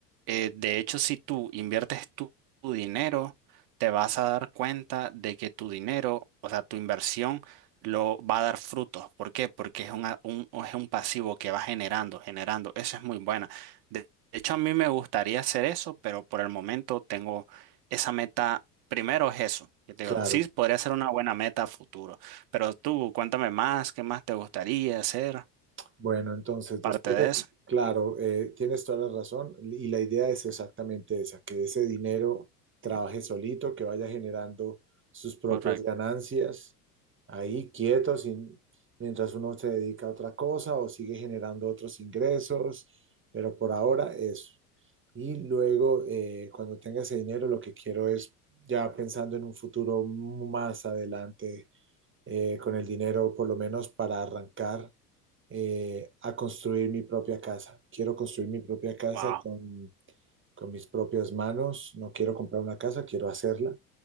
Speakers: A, on the right; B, on the right.
A: eh, de hecho, si tú inviertes tu tu dinero, te vas a dar cuenta de que tu dinero, o sea, tu inversión, lo va a dar frutos. ¿Por qué? Porque es una- un, es un pasivo que va generando, generando. Eso es muy buena. De, de hecho, a mí me gustaría hacer eso, pero por el momento tengo esa meta. Primero es eso. que te digo,
B: Claro.
A: sí, podría ser una buena meta a futuro. Pero tú, cuéntame más, ¿qué más te gustaría hacer?
B: Bueno, entonces,
A: Parte
B: después
A: de
B: de,
A: eso.
B: claro, eh, tienes toda la razón y la idea es exactamente esa, que ese dinero trabaje solito, que vaya generando sus propias
A: Correcto.
B: ganancias, ahí quieto, sin- mientras uno se dedica a otra cosa o sigue generando otros ingresos, pero por ahora eso. Y luego, eh, cuando tenga ese dinero, lo que quiero es, ya pensando en un futuro más adelante, eh, con el dinero, por lo menos para arrancar eh, a construir mi propia casa. Quiero construir mi propia casa
A: Wow,
B: con, con mis propias manos. No quiero comprar una casa, quiero hacerla.